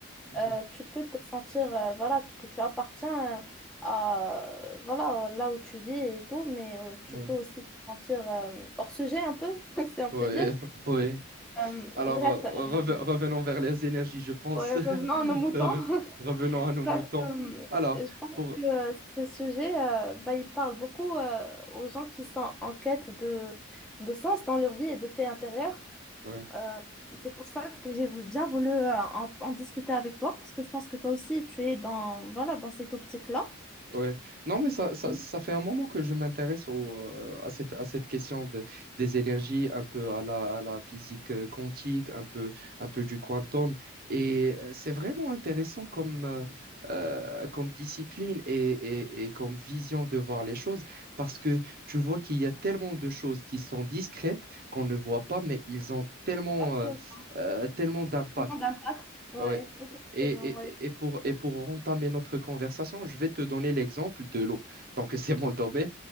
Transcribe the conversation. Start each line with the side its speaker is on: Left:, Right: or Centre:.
Right: Mhm.
Centre: Euh, tu peux te sentir, euh, voilà, que tu appartiens euh, à, voilà, là où tu vis et tout, mais euh, tu
Right: Ouais.
Centre: peux aussi te sentir euh, hors sujet un peu, <laughs> si on
Right: Ouais.
Centre: peut dire.
Right: <laughs> Ouais.
Centre: Euh,
Right: Alors,
Centre: bref,
Right: euh,
Centre: euh,
Right: reve- revenons vers les énergies, je pense.
Centre: ouais,
Right: <laughs>
Centre: revenons à nos moutons.
Right: Reven-
Centre: <laughs>
Right: Revenons à nos
Centre: Donc,
Right: moutons.
Centre: euh,
Right: Alors,
Centre: je pense
Right: pour...
Centre: que euh, ce sujet, euh, bah, il parle beaucoup euh, aux gens qui sont en quête de, de sens dans leur vie et de paix intérieure.
Right: ouais.
Centre: Euh, c'est pour ça que j'ai vou- bien voulu euh, en, en discuter avec toi, parce que je pense que toi aussi, tu es dans, voilà, dans cette optique-là.
Right: Ouais. Non, mais ça, ça,
Centre: Mhm.
Right: ça fait un moment que je m'intéresse au, euh, à cette, à cette question de- des énergies, un peu à la, à la physique euh, quantique, un peu, un peu du quantum. Et euh, c'est vraiment intéressant comme, euh, euh, comme discipline et, et, et comme vision de voir les choses parce que tu vois qu'il y a tellement de choses qui sont discrètes qu'on ne voit pas, mais ils ont tellement,
Centre: Exactement.
Right: euh, euh, tellement d'impact.
Centre: Vraiment d'impact. Ouais,
Right: Ouais.
Centre: effectivement,
Right: Et,
Centre: ouais.
Right: et- et pour, et pour entamer notre conversation, je vais te donner l'exemple de l'eau. Donc, <laughs> c'est mon domaine.